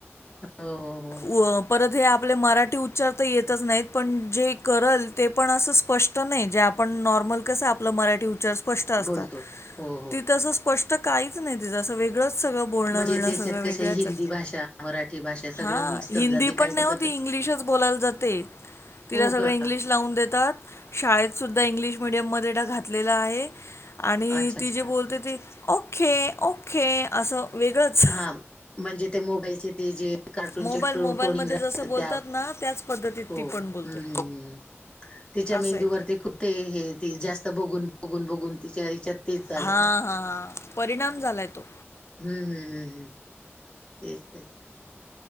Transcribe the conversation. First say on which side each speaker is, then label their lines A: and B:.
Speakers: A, on the left; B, on the left.
A: हो हो हो.
B: व परत हे आपले मराठी उच्चार तर येतच नाहीत पण जे करल ते पण असं स्पष्ट नाही जे आपण नॉर्मल कसं आपलं मराठी उच्चार स <unintelligible> स्पष्ट असतात
A: बोलतो हो हो
B: ती तसं स्पष्ट काही च नाही तिचं असं वेगळं च सगळ बोळणं
A: म्हणजे
B: बिलणं
A: त्याच्यात
B: सगळं
A: कशा
B: वेगळच
A: हिंदी
B: आहे.
A: भाषा मराठी भाषा सगळे
B: हा
A: मिक्स समजा
B: हिंदी
A: ते काही
B: पण
A: बघतच
B: नाही हो ती इंग्लिशच बोलायला जाते. तिला
A: हो
B: सगळं
A: का
B: इंग्लिश लावून देतात. शाळेत सुद्धा इंग्लिश मिडियम मध्ये ड घातलेला आहे आणि
A: अच्छा अच्छा
B: ती जे बोलते ती. ओके ओके असं वेगळंच.
A: हा म्हणजे ते मोबाईलचे ते जे कार्टूनचे
B: मोबाईल
A: ड्रो
B: मोबाईलमध्ये
A: टोल निं घा <unintelligible>
B: जसं
A: राहत
B: बोलतात
A: त्या हो
B: ना त्याच पद्धतीत ती पण बोलते
A: हम्म हम्म. तिच्या
B: असं
A: मेंहदीवरती
B: आहे
A: खूप ते हे ते जास्त बघून बघून बघून तिच्या हिच्यात. तेच झालंय
B: हा
A: ना.
B: हा परिणाम झालाय तो.
A: हम्म हम्म हम्म हम्म तेच तेच.